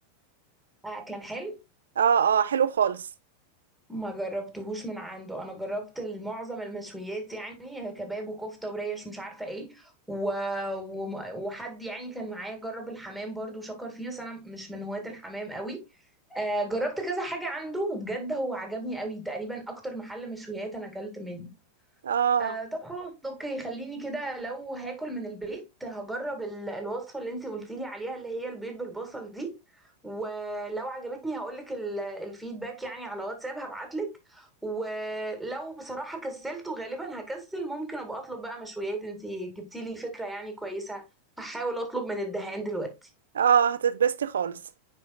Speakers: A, in the centre; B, on the right (about 65°).
A: آه كان حلو
B: اه اه حلو خالص
A: ما جربتهوش من عنده انا جربت معظم المشويات يعني كباب وكفته وريش مش عارفه ايه و... وم... وحد يعني كان معايا جرب الحمام برضو وشكر فيه بس انا مش من هواة الحمام قوي آه جربت كذا حاجه عنده وبجد هو عجبني قوي تقريبا اكتر محل مشويات انا اكلت منه
B: اه
A: آه طب خلاص اوكي خليني كده لو هاكل من البيت هجرب ال- الوصفة اللي انتي قلتيلي عليها اللي هي البيض بالبصل دي ولو عجبتني هقولك ال- الفيدباك يعني على واتساب هبعتلك ولو بصراحة كسلت وغالبا هكسل ممكن ابقى اطلب بقى مشويات انتي جبتيلي فكرة يعني كويسة هحاول اطلب من الدهان دلوقتي
B: اه هتتبسطي خالص